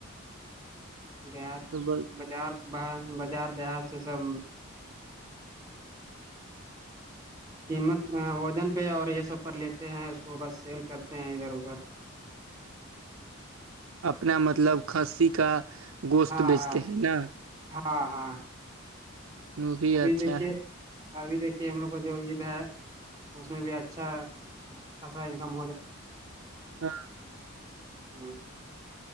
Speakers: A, on the right; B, on the right.
A: گیا
B: تو بس
A: بازار بازار سے سب
B: <inaudible>
A: قیمت وزن پہ اور یہ سب پر لیتے ہیں اس کو بس سیل کرتے ہیں ادھر ادھر -
B: اپنے مطلب خاصی کا گوشت
A: ہاں
B: بیچتے
A: ہاں
B: ہیں نا -
A: ہاں- ہاں
B: وہ بھی
A: ابھی
B: اچھا
A: دیکھیں
B: ہے
A: ابھی دیکھیں ہم لوگوں کو جو عید ہے، اس میں بھی اچھا- اچھا انکم
B: ہاں
A: ہاں